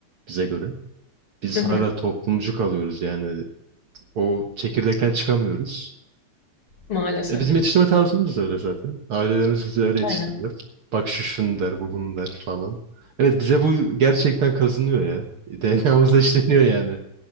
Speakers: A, on the right; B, on the left.
A: bize göre. Biz
B: Hı hı.
A: hala toplumcu kalıyoruz yani. O çekirdekten çıkamıyoruz.
B: Maalesef.
A: E, bizim yetiştirme tarzımız da öyle zaten. Ailelerimiz bizi öyle yetiştirdiler.
B: Aynen.
A: Bak şu şunu der, bu bunu der falan. Evet bize bu gerçekten kazınıyor ya. DNA'mızda işleniyor yani